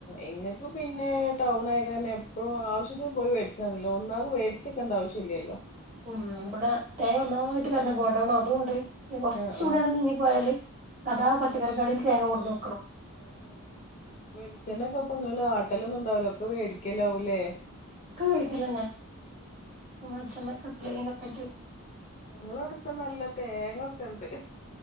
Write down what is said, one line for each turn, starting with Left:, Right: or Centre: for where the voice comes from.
Left: ഇങ്ങൾക്ക് പിന്നെ ടൗൺ ആയ കാരണം എപ്പോഴും ആവശ്യ പോയിേ വേടിച്ചാ മതിയല്ലോ ഒന്നാകെ മേടിച്ചെക്കണ്ട ആവശ്യമില്ലല്ലല്ലോ
Right: ഉഇവിടെ തേങ്ങ ഒന്നായിട്ട് കൂടുന്ന ഗോഡൌൺ അതൂണ്ട് പിന്നെ കുറച്ചുകൂടിഅങ്ങ്
Left: ആഹ് ആഹ്
Right: നീങ്ങിപ്പോയാല് സദാ പച്ചക്കറിക്കടീൽ തേങ്ങ കൊടുന്നു
Left: ആ ആ വെളിച്ചെണ്ണക്കെ ഇപ്പോ നിങ്ങൾ ആട്ടലൊന്നും ഉണ്ടാവൂല ഒക്കെ വാങ്ങിക്കൽ ആകും അല്ലേ
Right: ക്ക <unintelligible> എപ്പോളെങ്കിലൊക്കായിട്ട്
Left: ഞങ്ങളവിടക്ക നല്ല തേങ്ങൊക്കെ ഉണ്ട്